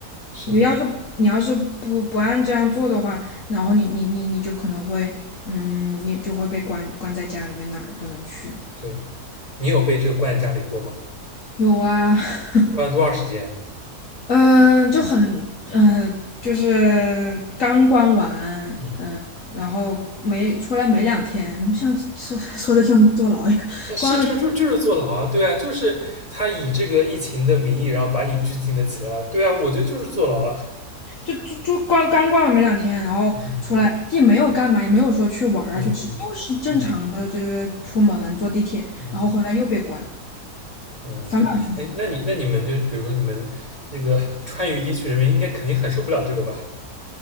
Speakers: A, on the left; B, on the left.
A: 是的，
B: 你要是你要是不不按这样做的话，然后你你你你就可能会，嗯，你就会被关关在家里面，哪儿都不能去。
A: 对，你有被这个灌在家里过吗？
B: 有啊，<laughs>
A: 关了多长时间？
B: 嗯、就很，嗯，就是刚关完，
A: 嗯，
B: 嗯，然后没出来没两天，怎么像说说的像坐牢一样？
A: 那是就就就是坐牢啊，
B: 关了之后
A: 对啊，就是他以这个疫情的名义，然后把你拘禁了起来啊，对啊，我觉得就是坐牢啊。
B: 就就就关刚关完没两天，然后出来既没有干嘛，
A: 嗯
B: 也没有说去玩儿啊去吃，
A: 嗯
B: 就是正常的就是出门坐地铁，
A: 嗯嗯嗯
B: 然后回来又被关。
A: 嗯，
B: 反反复复。
A: 对，哎，那你那你们就是比如说你们这个 <laughs> 川渝地区人民应该肯定很受不了这个吧？